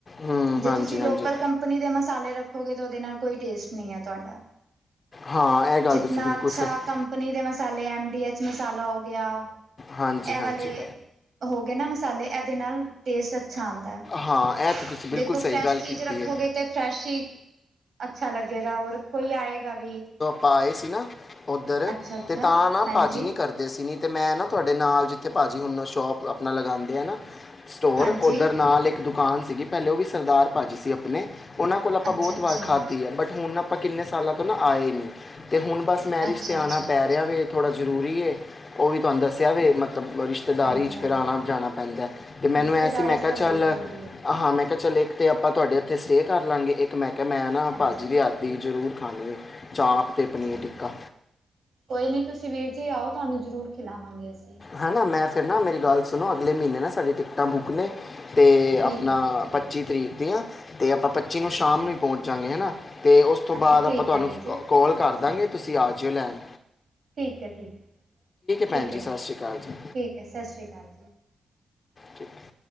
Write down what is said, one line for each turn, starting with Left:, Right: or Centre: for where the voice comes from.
Left: ਹੂੰ
Right: ਜੇ
Left: ਹਾਂਜੀ
Right: ਤੁਸੀਂ
Left: ਹਾਂਜੀ
Right: ਲੋਕਲ ਕੰ ਕੰਪਨੀ ਦੇ ਮਸਾਲੇ ਰੱਖੋਗੇ, ਤੇ ਓਦੇ ਨਾਲ ਕੋਈ ਟੇਸਟ ਨੀ ਹੈ ਤੁਹਾਡਾ
Left: ਹਾਂ ਗੱਲ
Right: ਜਿਤਨਾ
Left: ਤੁਸੀਂ ਬਿਲਕੁਲ
Right: ਅੱਛਾ
Left: ਸਹੀ
Right: ਕੰਪਨੀ ਦੇ ਮਸਾਲੇ ਐਮ ਡੀ ਐਚ ਮਸਾਲਾ ਹੋ ਗਿਆ।
Left: ਹਾਂਜੀ,
Right: ਇਹ
Left: ਹਾਂਜੀ
Right: ਵਾਲੇ ਹੋ ਗੇ ਨਾ ਮਸਾਲੇ, ਏਦੇ ਨਾਲ ਟੇਸਟ ਅੱਛਾ ਆਂਦਾ।
Left: ਹਾਂ ਇਹ
Right: ਤੇ
Left: ਤੁਸੀਂ ਬਿਲਕੁਲ
Right: ਦੇਖੋ
Left: ਸਹੀ
Right: ਫਰੈਸ਼
Left: ਗੱਲ
Right: ਚੀਜ਼
Left: ਕੀਤੀ
Right: ਰੱਖੋਗੇ,
Left: ਹੈ
Right: ਤੇ ਫਰੈਸ਼ ਹੀ ਅੱਛਾ ਲੱਗੇਗਾ, ਹੋਰ ਕੋਈ ਆਏਗਾ ਵੀ
Left: ਆਪਾ ਆਏ ਸੀ ਨਾ ਓਧਰ,
Right: ਅੱਛਾ ਅੱਛਾ
Left: ਤੇ ਤਾਂ ਨਾ
Right: ਹਾਂਜੀ
Left: ਭਾਜੀ ਨੀ ਕਰਦੇ ਦੇ ਸੀ ਨੀ ਤੇ, ਮੈਂ ਨਾ ਤੁਹਾਡੇ ਨਾਲ ਜਿੱਥੇ ਭਾਜੀ ਹੋਣਾ ਸ਼ੋਪ, ਆਪਣਾ ਲਗਾਂਦੇ ਏ ਨਾ ਸਟੋਰ
Right: ਹਾਂਜੀ
Left: ਨਾਲ ਇਕ ਦੁਕਾਨ ਸੀਗੀ ਪਹਿਲੇ ਉਹ ਵੀ ਸਰਦਾਰ ਭਾਜੀ ਸੀ ਆਪਣੇ ਓਨਾਂ ਕੋਲ ਆਪਾਂ
Right: ਅੱਛਾ
Left: ਬਹੁਤ
Right: ਅੱਛਾ
Left: ਵਾਰ ਖਾ ਬਟ ਹੁਣ ਆਪਾਂ ਕਿੰਨੇ ਸਾਲਾਂ ਤੋਂ ਨਾ ਆਏ ਨੀ, ਤੇ ਹੁਣ ਬਸ ਮੈਰਿਜ
Right: ਅੱਛਾ
Left: ਤੇ ਆਣਾ
Right: ਅੱਛਾ
Left: ਪੈ ਰਿਆ ਵੇ ਥੋੜਾ ਜ਼ਰੂਰੀ ਏ, ਓ ਵੀ ਤੁਹਾਨੂੰ ਦੱਸਆ ਵੇ ਮਤਲਬ ਰਿਸ਼ਤਾ ਰਿਸ਼ਤੇਦਾਰੀ
Right: ਹਾਂਜੀ
Left: 'ਚ
Right: ਹਾਂਜੀ
Left: ਫੇਰ ਆਣਾ -ਜਾਣਾ ਪੈਂਦਾ, ਤੇ ਮੈਨੂੰ
Right: ਰਿਸ਼ਤੇਦਾਰੀ
Left: ਐ ਸੀ ਮੈਂ
Right: 'ਚ
Left: ਕਿਹਾ
Right: ਤਾਂ
Left: ਚੱਲ
Right: ਬਹੁਤ ਜ਼ਰੂਰੀ ਹੈ
Left: ਹਾਂ, ਮੈਂ ਕਿਹਾ ਚੱਲ ਇਕ ਤੇ ਆਪਾਂ ਤੁਹਾਡੇ ਏੱਥੇ ਸਟੇ ਕਰ ਲਾਗੇ, ਇੱਕ ਮੈਂ ਕਹਾ ਮੈਂ ਨਾ
Right: ਹਾਂਜੀ
Left: ਭਾਜੀ ਦੇ ਹੱਥ ਦੀ ਜ਼ਰੂਰ ਖਾਂਣੀ ਹ ਚਾਪ ਤੇ
Right: ਅੱਛਾ
Left: ਪਨੀਰ ਟਿੱਕਾ
Right: ਕੋਈ ਨੀ ਤੁਸੀਂ ਵੀਰ ਜੀ ਆਓ ਤੁਹਾਨੂੰ ਜ਼ਰੂਰ ਖਿਲਾਵਾਂਗੇ ਅਸੀਂ।
Left: ਹੈ ਨਾ ਮੈਂ ਫਿਰ ਨਾ ਮੇਰੀ ਗੱਲ ਸੁਣੋ ਅਗਲੇ ਮਹੀਨੇ ਨਾ ਸਾਡੀ ਟਿਕਟਾਂ ਬੁੱਕ ਨੇ। ਤੇ
Right: ਠੀਕ
Left: ਆਪਣਾ
Right: ਹੈ ਠੀਕ ਹੈ
Left: ਪੱਚੀ ਤਰੀਕ ਦੀਆਂ ਅਤੇ ਆਪਾਂ ਪੱਚੀ ਨੂੰ
Right: ਅੱਛਾ
Left: ਸ਼ਾਮ ਨੂੰ ਹੀ ਪਹੁੰਚ ਜਾਂਗੇ ਹਨਾ। ਤੇ ਉਸ ਤੋਂ
Right: ਅੱਛਾ
Left: ਬਾਅਦ
Right: ਠੀਕ
Left: ਆਪਾਂ ਤੁਹਾਨੂੰ
Right: ਹੈ ਵੀਰ ਜੀ
Left: ਕੋਲ ਕਰ ਦਾਂਗੇ ਤੁਸੀਂ ਆ ਜਇਓ ਲੈਣ।
Right: ਠੀਕ ਹੈ, ਠੀਕ ਹੈ,
Left: ਭੈਣ
Right: ਠੀਕ
Left: ਜੀ
Right: ਹੈ,
Left: ਸਤਿ ਸ਼੍ਰੀ ਅਕਾਲ ਜੀ
Right: ਠੀਕ ਹੈ ਸਤਿ ਸ਼੍ਰੀ ਅਕਾਲ।
Left: ਠੀਕ।